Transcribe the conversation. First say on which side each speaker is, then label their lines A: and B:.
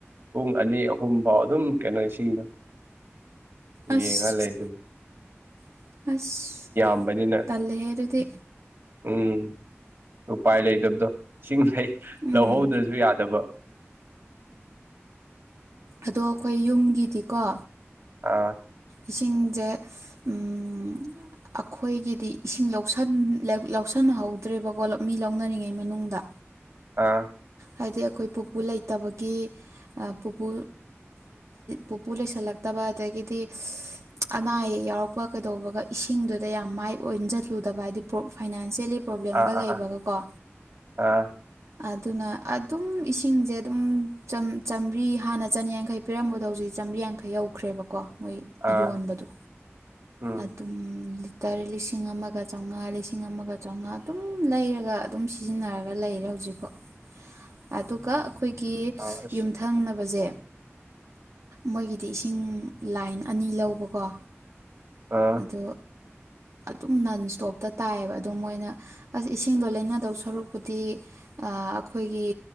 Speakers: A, on the right; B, on the right.
A: ꯄꯨꯡ ꯑꯅꯤ ꯑꯍꯨꯝꯐꯥꯎ ꯑꯗꯨꯝ ꯀꯩꯅꯣ ꯏꯁꯤꯡꯗ
B: ꯑꯁ
A: ꯌꯦꯡꯉ ꯂꯩ ꯑꯗꯨꯝ
B: ꯑꯁ
A: ꯝꯕꯅꯤꯅ
B: ꯇꯜꯂꯦꯍꯦ ꯑꯗꯨꯗꯤ
A: ꯎꯝ ꯎꯄꯥꯏ ꯂꯩꯇꯕꯗꯣ ꯏꯁꯤꯡ ꯂꯩ
B: ꯎꯝ
A: ꯂꯧꯍꯧꯗ꯭ꯔꯁꯨ ꯌꯥꯗꯕ
B: ꯑꯗꯣ ꯑꯩꯈꯣꯏ ꯌꯨꯝꯒꯤꯗꯤꯀꯣ
A: ꯑꯥ
B: ꯏꯁꯤꯡꯁꯦ ꯎꯝ ꯑꯩꯈꯣꯏꯒꯤꯗꯤ ꯏꯁꯤꯡ ꯂꯧꯁꯟꯅꯍꯧꯗ꯭ꯔꯦꯕꯀꯣ ꯃꯤ ꯂꯧꯅꯔꯤꯉꯩ ꯃꯅꯨꯡꯗ
A: ꯑꯥ
B: ꯍꯥꯏꯗꯤ ꯑꯩꯈꯣꯏ ꯄꯨꯄꯨ ꯂꯩꯇꯕꯒꯤ ꯄꯨꯄꯨ ꯄꯨꯄꯨ ꯂꯩꯁꯜꯂꯛꯇ ꯋꯥꯗꯒꯤꯗꯤ
A: <inaudible>
B: ꯑꯅꯥ ꯑꯌꯦꯛ ꯌꯥꯎꯔꯛꯄ ꯀꯩꯗꯧꯕꯒ ꯏꯁꯤꯡꯗꯨꯗ ꯌꯥꯝ ꯃꯥꯏ ꯑꯣꯟꯁꯤꯜꯂꯨꯗꯕ ꯍꯥꯏꯗꯤ ꯄꯔꯣ ꯐꯥꯏꯅꯥꯟꯁꯦꯜꯂꯤ ꯭ꯄꯔꯣꯕ꯭ꯂꯦꯝꯒ
A: ꯑꯥ
B: ꯂꯩꯕꯒꯀꯣ
A: ꯑꯥ ꯑꯥ ꯑꯥ
B: ꯑꯗꯨꯅ ꯑꯗꯨꯝ ꯏꯁꯤꯡꯁꯦ ꯑꯗꯨꯝ ꯆꯝꯃꯔꯤ ꯍꯥꯟꯅ ꯆꯅꯤꯌꯥꯡꯈꯩ ꯄꯤꯔꯝꯕꯗꯣ ꯍꯧꯖꯤꯛꯁꯦ ꯆꯥꯝꯃꯔꯤ ꯌꯥꯡꯈꯩ ꯌꯧꯈ꯭ꯔꯦꯕꯀꯣ ꯃꯣꯏ
A: ꯑꯥ
B: ꯌꯣꯟꯕꯗꯣ
A: ꯎꯝ
B: ꯑꯗꯨꯝ ꯇꯔꯦꯠ ꯂꯤꯁꯤꯡ ꯑꯃꯒ ꯆꯥꯝꯃꯉꯥ ꯂꯤꯁꯤꯡ ꯑꯃꯒ ꯆꯥꯝꯃꯉꯥ ꯑꯗꯨꯝ ꯂꯩꯔꯒ ꯑꯗꯨꯝ ꯁꯤꯖꯤꯟꯅꯔꯒ ꯂꯩꯔꯦ ꯍꯧꯖꯤꯛ ꯍꯧꯖꯤꯛꯐꯣ ꯑꯗꯨꯒ ꯑꯩꯈꯣꯏꯒꯤ
A: ꯑꯥ ꯑꯁ
B: ꯌꯨꯝꯊꯪꯅꯕ ꯐꯕꯁꯦ ꯃꯣꯏꯒꯤꯗꯤ ꯏꯁꯤꯡ ꯂꯥꯏꯟ ꯑꯅꯤ ꯂꯧꯕꯀꯣ
A: ꯑꯥ
B: ꯑꯗꯣ
A: <unintelligible>
B: ꯑꯗꯨꯝ ꯅꯟ ꯁ꯭ꯇꯣꯞꯇ ꯇꯥꯏꯌꯦꯕ ꯑꯗꯣ ꯃꯣꯏꯅ ꯑꯁ ꯏꯁꯤꯡꯗꯣ ꯂꯩꯅꯗꯧ ꯁꯔꯨꯛꯄꯨꯗꯤ ꯑꯩꯈꯣꯏꯒꯤ